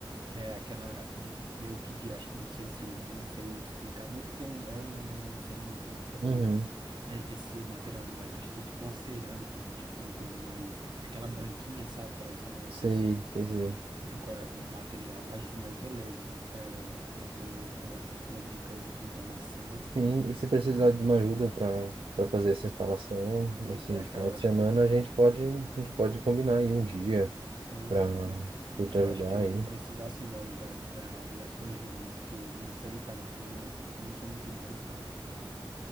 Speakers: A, on the right; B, on the right.
A: é aquela de meio que de, acho que não sei se, eu não sei explicar muito, porque eu, não- eu não, não sei muito sobre
B: Uhum.
A: eh, esse o material ali, mas acho que é tipo uma cerâmica, ou tipo uma coisa mais, é aquela branquinha, sabe, tradicional, não
B: Sei,
A: sei se,
B: sei, sei.
A: se qual é o material, mas, mas beleza, eu vou- eh, eu vou pegar essa sua dica aí, essa sua informação.
B: Sim, e se precisar de uma ajuda para para fazer essa instalação,
A: Pois
B: assim,
A: é,
B: de
A: cara,
B: final
A: eu
B: de
A: acho
B: semana,
A: que eu vou.
B: a gente pode, a gente pode combinar aí um dia.
A: Pois
B: para
A: é.
B: eu te
A: Eu
B: ajudar
A: acho que eu
B: aí.
A: vou precisar sim da, da, da, da sua ajuda, né? Porque nisso aí, cara, eu sou, eu não sou muito bom, sabe? Então,